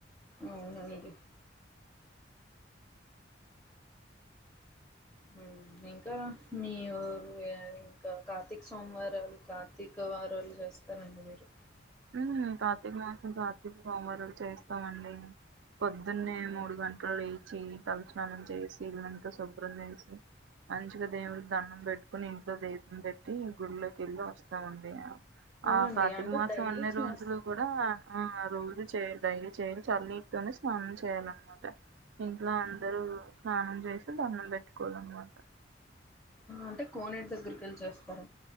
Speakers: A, in the centre; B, on the right.
A: అవునండి హ్మ్ ఇంకా మీ ఊరు అ ఇంకా కార్తీక సోమవారాలు కార్తీక వారాలు చేస్తారండి మీరు
B: హ్మ్ కార్తీక మాసం కార్తీక సోమవారాలు చేస్తామండి. పొద్దున్నే
A: మ్మ్.
B: మూడు గంటలు లేచి తలస్నానం చేసి ఇల్లంతా శుభ్రం చేసి మంచిగా దేవుడికి దండం పెట్టుకుని ఇంట్లో దీపం పెట్ ట్టి గుళ్లోకెళ్ళి వస్తామండి. ఏమో
A: అవునండి
B: ఆ కార్తిక
A: అంటే
B: మాసం కొంచెం
A: డైలీ
B: అన్ని
A: చేస్త
B: రోజులు కూడా ఆ రోజు చేయాలి డైలీ చేయాలి చన్నీటితోనే స్నానం చేయాలన్నమాట ఇంట్లో అందరూ స్నానం చేసి దండం పెట్టి కోవాలన్నమాట
A: అంటే కోనేటి దగ్గరికి వెళ్ళిచేస్తార,